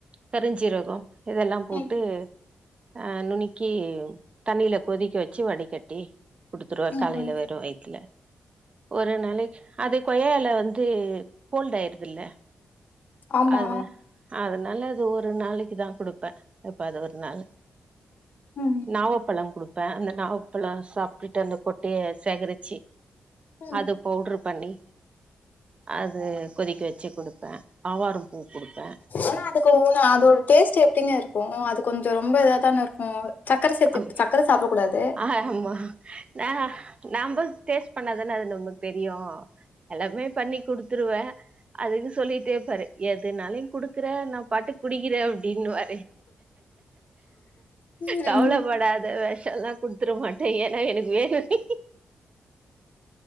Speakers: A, on the right; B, on the left.
A: கருஞ்சீரகோ இதல்லா போட்டு
B: ம்
A: அ நுணுக்கி தண்ணில கொதிக்க வச்சு வடிக்கட்டி குடுத்துருவ
B: ம்
A: காலில
B: ம்
A: வெரும் வயித்துல ஒரு நாளைக்கு அது கொய்யா எல வந்து கோல்ட் ஆயிருதுல்ல
B: ஆமா
A: அது அதனால அது ஒரு நாளைக்கு தா குடுப்பே எப்பாது ஒரு நாள்
B: ம்
A: நாவப்பழம் குடுப்பே அந்த நாவப்பழம் சாப்ட்டுட்டு அந்த கொட்டைய சேகரிச்சு
B: ம்
A: அத பவுட்ரு பண்ணி அது கொதிக்க வச்சு குடுப்பே ஆவாரம் பூ குடுப்பே
B: ஆனா அதுக்கு னு அதோட டேஸ்ட் எப்டிங்க இருக்கு அது கொஞ்ச ரொம்ப இத தானே இருக்கு சக்கர சேத்து
A: அம்
B: சக்கர சாப்டக் கூடாது
A: ஆ ஆமா ந நாமள் டேஸ்ட் பண்ணாதானே அது நமக்கு தெரியு எல்லாமே பண்ணி குடுத்து ருவ அதுக்கு சொல்லிட்டே இருப்பாரு எதுனாலு குடுக்கற நா பாட்டு குடிக்கற அப்படின்வாரு
B: ம்
A: கவலப்படாத வெஷல்லா குடுத்ற மாட்ட ஏன்னா எனக்கு வேனு நீ